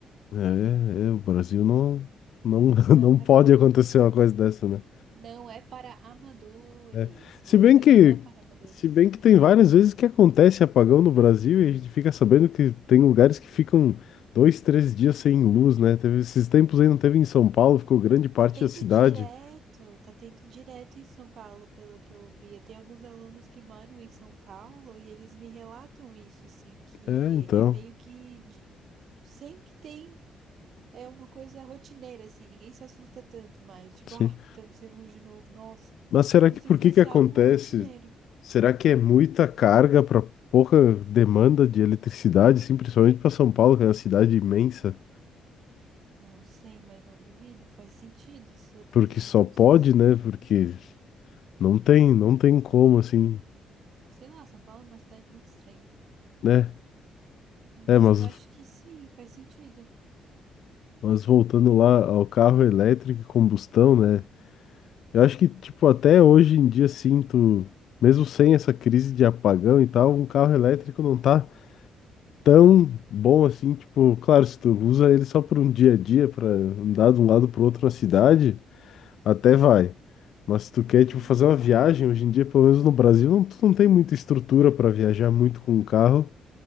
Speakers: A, on the left; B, on the right.
A: É, é, o Brasil não, não, <laughs>
B: Não
A: não
B: é para
A: pode
B: amado-
A: acontecer uma coisa dessa, né?
B: Não é para amadores.
A: É. Se
B: Brasil
A: bem que,
B: não é para amadores.
A: se bem que tem várias vezes que acontece apagão no Brasil e a gente fica sabendo que tem lugares que ficam dois, três dias sem luz, né? Teve esses tempos aí, não teve em São Paulo, ficou grande parte
B: Tá tendo
A: da cidade.
B: direto, tá tendo direto em São Paulo, pelo que eu vi. Eu tenho alguns alunos que moram em São Paulo e eles me relatam isso, assim, que
A: É, então,
B: é meio que de- sempre tem, é uma coisa rotineira, assim, ninguém se assusta tanto mais, tipo,
A: sim.
B: ah, estamos sem luz de novo, nossa,
A: Mas será
B: como
A: que
B: se
A: por
B: fosse
A: que que acontece?
B: algo rotineiro.
A: Será que é muita carga para pouca demanda de eletricidade, assim, principalmente para São Paulo, que é uma cidade imensa?
B: Não sei, mas não duvido, faz sentido essa tua
A: Porque
B: linha
A: só
B: de raciocínio.
A: pode, né? Porque não tem, não tem como, assim,
B: Sei lá, São Paulo é uma cidade muito estranha,
A: né?
B: mas
A: É, mas
B: eu acho que sim, faz sentido.
A: Mas voltando lá ao carro elétrico e combustão, né? Eu acho que, tipo, até hoje em dia sinto, mesmo sem essa crise de apagão e tal, um carro elétrico não tá tão bom assim. Tipo, claro, se tu usa ele só por um dia a dia, pra andar de um lado pro outro na cidade, até vai. Mas se tu quer,
B: Uhum.
A: tipo, fazer uma viagem, hoje em dia, pelo menos no Brasil, não, tu não tem muita estrutura pra viajar muito com o carro.